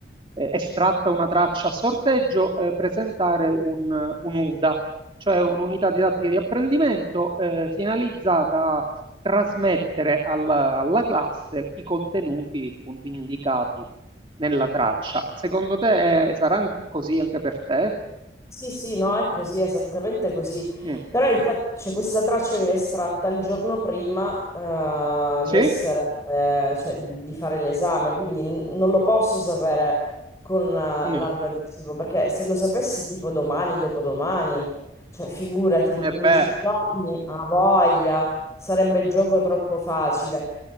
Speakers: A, on the right (about 30°); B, on the left (about 15°).
A: eh, estratta una traccia a sorteggio, eh, presentare un, un UDA, cioè un'unità didattica di apprendimento, eh, finalizzata trasmettere alla, alla classe i contenuti appunto indicati nella traccia. Secondo te eh, sarà an- così anche per te?
B: sì sì no è così esattamente così
A: Mm.
B: però infatti cioè, questa traccia viene estratta il giorno prima eh,
A: Sì?
B: di essere eh, cioè di, di fare l'esame quindi n- non lo posso sapere con eh, largo
A: Mm.
B: anticipo perché se lo sapessi tipo domani dopodomani cioè figurati in 15
A: E beh,
B: giorni a voglia sarebbe gioco troppo facile